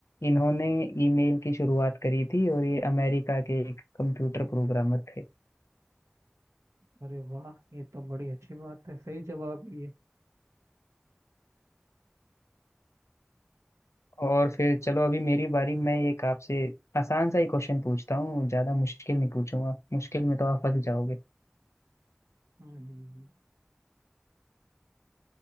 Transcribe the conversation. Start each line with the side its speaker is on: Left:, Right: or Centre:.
Left: इन्होंने ईमेल की शुरुआत करी थी और ये अमेरिका के एक कंप्यूटर प्रोग्रामर थे
Right: अरे वाह ये तो बड़ी अच्छी बात है सही जवाब ये
Left: और फिर चलो अभी मेरी बारी मैं एक आपसे आसान सा ही क्वेश्चन पूछता हूँ ज्यादा मुश्किल नहीं पूछूंगा मुश्किल में तो आप फंस जाओगे
Right: हम्म हम्म, हम्म,